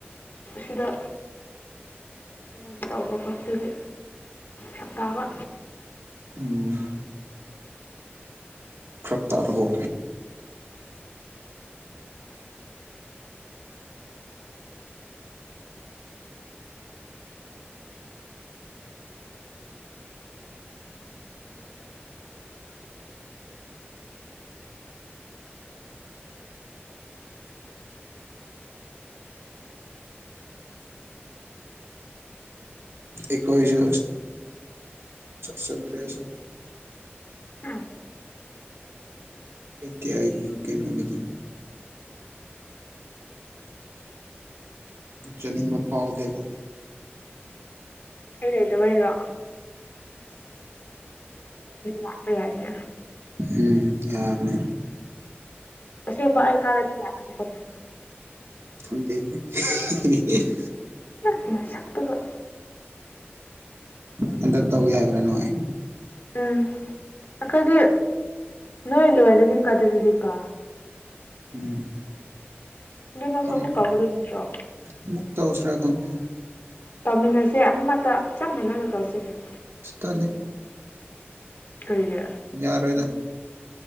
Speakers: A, on the left; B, on the right.
A: ꯁꯤꯗ ꯀꯩꯅꯣꯁꯨ ꯇꯧꯕ ꯈꯣꯄꯗꯤ ꯁꯥꯛꯇꯥꯕ
B: ꯎꯝ ꯐ꯭ꯔꯛꯇꯥꯔꯔꯕꯣ ꯏꯀꯋꯥꯏꯁꯨ ꯀꯖ
A: ꯍ
B: ꯂꯩꯇꯥꯏ ꯀꯩꯅꯣꯒꯤꯗ ꯆꯠꯅꯤꯡꯕ ꯐꯥꯎꯗꯦꯕ
A: ꯑꯩ ꯂꯩꯗꯕꯩꯔꯣ ꯂꯥꯛꯄ ꯌꯥꯏꯅꯦ
B: ꯎꯝ ꯌꯥꯕꯅꯦ
A: ꯑꯁꯦꯡꯕ ꯑꯩ ꯀꯥꯔꯗꯤ ꯂꯥꯛꯀꯅꯤꯀꯣ ꯅ
B: ꯊꯗꯦꯦ <unintelligible>
A: ꯩꯅ ꯁꯛꯇꯕ
B: ꯍꯟꯗꯛ ꯇꯧꯒꯦ ꯍꯥꯏꯕ꯭ꯔꯥ ꯅꯪꯥꯏ
A: ꯎꯝ ꯑꯩꯈꯣꯏꯗꯤ ꯅꯣꯏ ꯂꯣꯏꯔꯅꯤꯀꯣ ꯑꯗꯨꯗꯤ ꯀꯣ
B: ꯎꯝ
A: ꯑꯗꯨ ꯅꯪꯁꯨ
B: ꯑꯃ
A: ꯑꯃꯨꯛ ꯇꯧꯒꯗꯣꯏ ꯅꯠꯇ꯭ꯔꯣ
B: ꯑꯃꯨꯛ ꯇꯧꯁꯤꯔ ꯈꯪꯗꯦ
A: ꯇꯧꯃꯤꯟꯅꯁꯦ ꯑꯃꯠꯇ ꯆꯞ ꯃꯥꯟꯅꯅ ꯇꯧꯁꯤ ꯀꯩꯅꯣ
B: ꯇꯜꯂꯦ
A: ꯀꯩꯒꯤ
B: ꯌꯥꯔꯣꯏꯗ